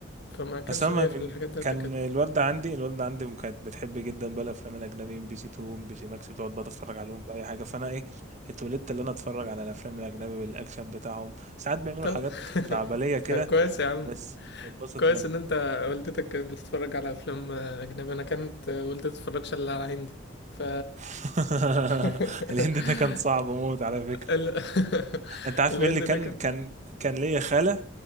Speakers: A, on the left; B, on the right.
A: فما كانش
B: اصل انا
A: ليا في الحاجات
B: من
A: ده قد
B: كان
A: كده
B: الوالده عندي الوالده عندي م- كانت بتحب جدا بقى الافلام الاجنبي ام بي سي 2 ام بي سي ماكس بتقعد بقى تتفرج عليهم باي حاجه فانا ايه اتولدت اللي انا اتفرج على الافلام الاجنبي بالاكشن بتاعهم ساعات بيعملوا
A: طب
B: حاجات
A: <laughs>
B: خزعبليه كده
A: طب كويس يا عم
B: بس بتبسط
A: كويس
B: منها
A: ان انت والدتك كانت بتتفرج على افلام اجنبي انا كانت والدتي بتتفرجش الا على هندي ف
B: <laughs>
A: <laughs>
B: الهند ده كان صعب موت على فكره
A: ال... <laughs>
B: انت عارف
A: الهند
B: مين اللي كان
A: ده كان
B: كان كان ليا خاله